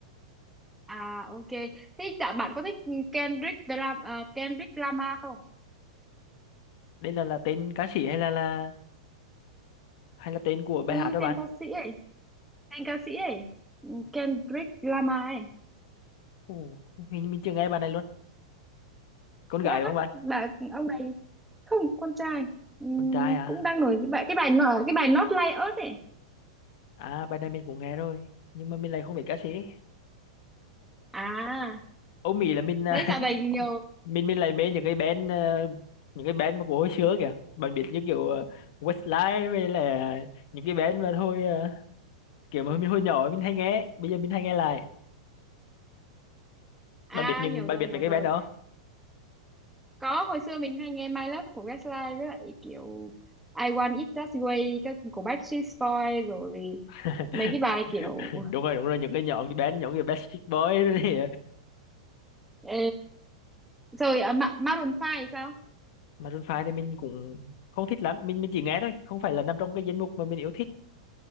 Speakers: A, in the centre; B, on the left (about 50°).
A: À ok. Thế chả bạn có thích Kendrick Lam à, Kendrick Lamar không?
B: đây là là tên ca sĩ hay là là hay là tên của bài
A: Ừ
B: hát đó
A: tên
B: bạn
A: ca sĩ ấy, tên ca sĩ ấy, Ừ, Kendrick Lamar ấy.
B: Ồ, hình như mình chưa nghe bài này luôn con
A: Thế
B: gái
A: á,
B: đúng không bạn
A: bà ông này không con trai ừ,
B: con trai à
A: cũng đang nổi cái bài cái bài nở cái bài Not Like Us ấy.
B: à bài này mình cũng nghe rồi nhưng mà mình lại không biết ca sĩ ấy.
A: À,
B: Âu Mỹ là mình à,
A: đấy dạo này nhiều
B: <laughs> mình mình lại mê những cái band à, những cái band mà của hồi xưa kìa bạn biết như kiểu à, Westlife với là những cái band mà thôi ờ, kiểu mà mình hồi nhỏ mình hay nghe bây giờ mình hay nghe lại
A: À
B: bạn biết những
A: hiểu
B: bạn
A: rồi
B: biết
A: hiểu
B: mấy cái
A: rồi.
B: band đó
A: Có hồi xưa mình hay nghe My Love của Westlife với lại kiểu I Want It That Way các của Backstreet Boys rồi
B: <laughs>
A: mấy cái bài kiểu
B: đúng rồi đúng rồi những cái nhóm cái band nhóm cái Backstreet Boys rồi thì
A: ừ, rồi uh, Ma Maroon 5 thì sao
B: Maroon 5 thì mình cũng không thích lắm mình mình chỉ nghe thôi không phải là nằm trong cái danh mục mà mình yêu thích